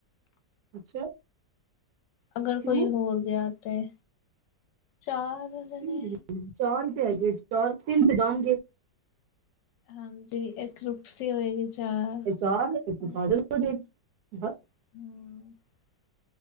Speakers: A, on the right (about 70°); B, on the left (about 75°).
A: ਅੱਛਾ।
B: ਅਗਰ
A: ਕਿਉਂ
B: ਕੋਈ ਹੋਰ ਗਿਆ। ਤੇ ਚਾਰ। ਜਨੇ।
A: ਚਾਰ ਹੈਗੇ ਸਟੋ ਤਨ ਜਾਉਣਗੇ। <unintelligible>
B: ਹਾਂਜੀ ਇੱਕ ਰੁਪਸੀ ਹੋਏਗੀ। ਚਾਰ
A: ਇਹ ਚਾਰ
B: ਪੰਜ
A: ਫਲ <unintelligible> <unintelligible>
B: <unintelligible>